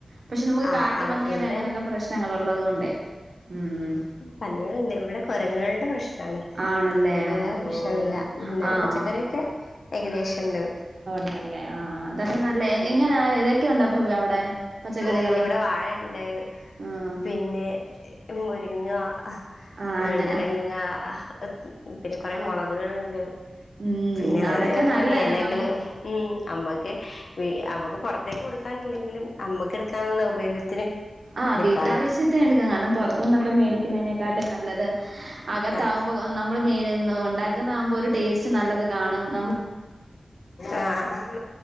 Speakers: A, on the right; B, on the left.
A: പക്ഷെ നമുക്ക്
B: ആഹ്
A: കാട്ടുപന്നിയുടെ
B: ആഹ് ഇവിടെ
A: അങ്ങനെയൊക്കെ പ്രശ്നങ്ങള് ഒള്ളത് കൊണ്ടെ ഉം
B: പന്നികള്ണ്ട് ഇവിടെ കൊരങ്ങ്കൾടെ പ്രശ്നാണ്
A: ആണല്ലേ
B: വേറെ
A: ആ ഓ
B: പ്രശ്നൊന്നുല്ല ഉം ഇന്നാലും
A: ആഹ്
B: പച്ചക്കറിയൊക്കെ ഏകദേശൊണ്ട്
A: ഒണ്ടല്ലേ ആഹ് ആഹ് അതപ്പ നല്ലയ എങ്ങ് എങ്ങനാ ഏതൊക്കെയുണ്ടപ്പൊ അവിടെ പച്ചക്കറികള്
B: ഉം ഇവിടെ വാഴേണ്ട്
A: ആഹ്
B: പിന്നെ മുരിങ്ങ അഹ്
A: ആ
B: വഴുതനങ്ങ
A: അങ്ങനെ
B: അഹ് പിന്നെ കൊറെ
A: ആ
B: മൊളകുകൾ ണ്ട്
A: ഉം
B: പിന്നെ അങ്ങനെ
A: അതൊക്കെ
B: കൊറേ
A: നല്ലതല്ലേ
B: എലകള്
A: നമുക്ക്
B: ഉം അമ്മക്ക് <unintelligible> അമ്മക്ക് പൊറത്തേക്ക് കൊടുക്കാനില്ലെങ്കിലും അമ്മക്ക് എടുക്കാനുള്ള ഉപയോഗത്തിന്
A: ആഹ്
B: എടുക്കാലോ
A: വീട്ടാവശ്യത്തിന് എടുക്കാം കാരണം പൊറത്തുന്നൊക്കെ മേടിക്കുന്നതിനേക്കാട്ടിം നല്ലത് അകത്താവുമ്പോ
B: ആഹ്
A: ഏഹ് നമ്മള് മേലെന്ന് ഒണ്ടാക്കുന്നാകുമ്പോ ഒരു ടേസ്റ്റ് നല്ലത് കാണും നമുക്
B: ആഹ്